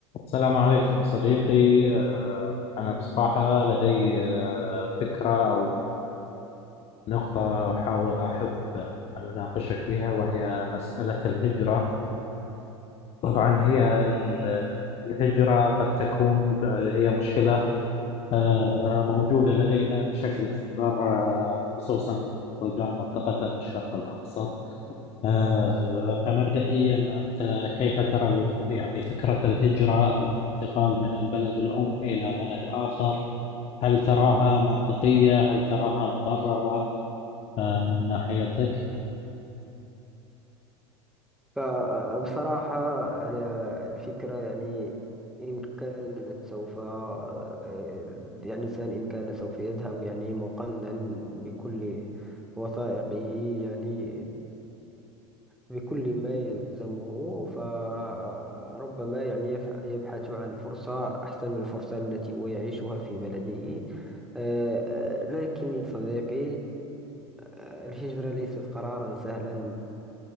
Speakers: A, on the left; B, in the centre.
A: السلام عليكم صديقي آه، أنا بصراحة لدي آه، فكرة أو نقطة أحاول أحب آه، أن أناقشك فيها وهي مسألة الهجرة طبعا هي ال- الهجرة قد تكون ب- هي مشكلة آه، موجودة لدينا بشكل أكبر آه، خصوصا بلدان منطقتنا الشرق الأوسط آه، فمبدئيا أنت كيف ترى الف- يعني فكرة الهجرة أو الانتقال من البلد الأم إلى بلد آخر هل تراها منطقية هل تراها مبررة آه، من ناحيتك؟
B: فبصراحة أنا الفكرة يعني إن كان سوف يعني الإنسان إن كان سوف يذهب يعني مقنن بكل وثائقه يعني بكل ما يلزمه فربما يعني يفح- يبحث عن فرصة أحسن من الفرصة التي هو يعيشها في بلده آه، آه، لكن يا صديقي آه، الهجرة ليست قرارا سهلا